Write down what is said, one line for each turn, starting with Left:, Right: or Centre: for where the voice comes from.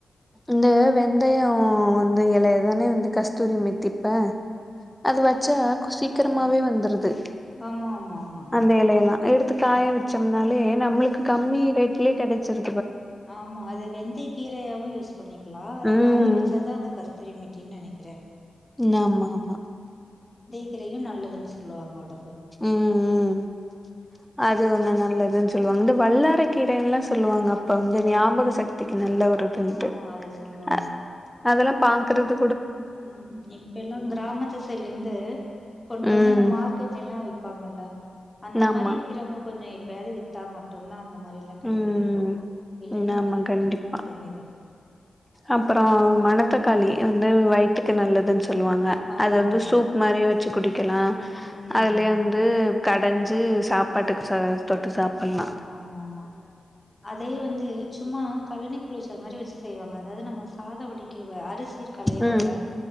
Centre: இந்த வெந்தய வந்து இல ஏதானே வந்து கஷ் தூரிமைத்திப்ப அது வச்சா
Left: ஏ
Centre: சீக்கிரமாவே
Left: ஆ
Centre: வந்துருது
Left: ஆமா ஆமா ஆமா
Centre: அந்த இலையெல்லா எடுத்து
Left: ம்
Centre: காய வச்சோம்னாலே நம்மளுக்கு
Left: ம்
Centre: கம்மி ரேட் கிளேட் கெடச்சிரு
Left: ஆமா அது வெந்தய கீரையாவு யூஸ் பண்ணிக்கலா அத
Centre: ம்
Left: காய வச்சாதா அந்த கஸ்திரி மெட்டின்னு நினைக்கிறே
Centre: நமா ஆமா
Left: கீரையு நல்லதுன்னு சொல்லுவாங்க உட
Centre: ம் ம் அது ஒண்ண நல்லதுன்னு சொல்லுவாங்க இந்த வல்லறை கீரைல்லா சொல்லுவாங்க அப்ப வந்து ஞாபக சக் த்திக்கு நல்ல ஒரு
Left: ஆமா
Centre: இதுட்டு
Left: ஆமா அத சொல்லுவாங்க
Centre: அ அதெல்லா பா க்கிறது
Left: ம் ம் இப்ப எல்லா கிராமத்து சைட்ல இருந்து கொண்டு
Centre: ம்
Left: வந்து இந்த மார்க்கெட் எல்லா விப் பாங்கல்ல அந்த
Centre: ஆமா
Left: மாரி இருக்கிறவங்க கொஞ்ச இப்பயாவது வித்தா மட்டுதா அந் இந்த மாரில்லா கிடைக்குது
Centre: ம்
Left: இப்போ இல்லைன்னா அதெல்லா
Centre: ஆமா
Left: கிடைக்க
Centre: கண்டிப்பா
Left: மாட்டேங்குது
Centre: அப்புறோ மணத்தக்காளி வந்து வயித்துக்கு நல்லன்னு சொல்லுவாங்க
Left: ஆமா
Centre: அத வந்து
Left: ஆமா
Centre: சூப் மாரியும் வச்சு குடிக் கிலா
Left: ம்
Centre: அதிலே வந்து கடஞ்சு சாப்பாட்டுக்கு ச தொட்டு சாப்பலா
Left: ஆமா ஆமா ஆமா அதைய வந்து சும்மா கழனி புளிச்ச மாரி வச்சு செய்வாங்க அதாது நம்ம சாத வடிக் இவ அரிசி கலையரும்ல
Centre: ம்